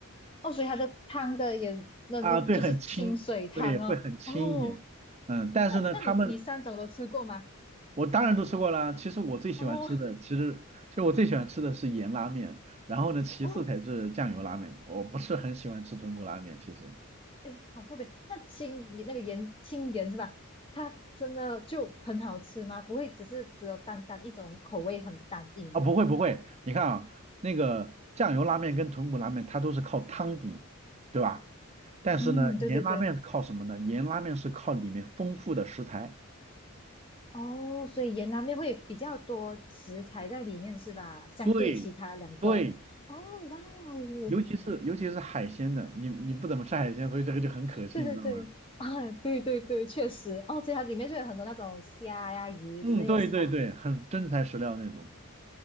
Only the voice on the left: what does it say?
哦，所以它的汤的也那那就是清水汤哦。
哦，
那那你你三种都吃过吗？
哦
哦，
哎，好特别。那青那个盐青盐是吧？它真的就很好吃吗？不会只是只有单单一种口味很单一吗？
嗯，
对对对。
哦，所以盐拉面会比较多食材在里面是吧？相对其他两个。
哦，哇哦，
对对对啊，
对对对，确实哦，所以它里面就有很多那种虾呀、鱼之类的是吧？